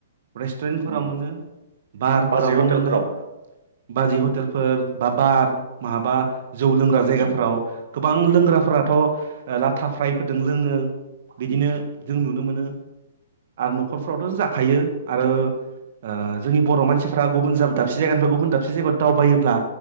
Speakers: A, on the right; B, on the right.
A: रेस्टुरेन्टफोराव
B: उम
A: मोनो बारफोरावबो
B: बाजै हटेलफोराव
A: मोनो बाजै हटेलफोर बा बार माबा जौ लोंग्रा जायगाफोराव
B: उम
A: गोबां लोंग्राफोराथ' लाथा फ्रायफोरजों लोङो बिदिनो
B: उम
A: जों नुनो मोनो आरो न'खरफ्रावथ' जाखायो आरो। ओ जोंनि बर' मानसिफोरा गुबुन जा दाबसे जायगानिफ्राय गुबुन दाब थाबसे जायगायाव दावबायोब्ला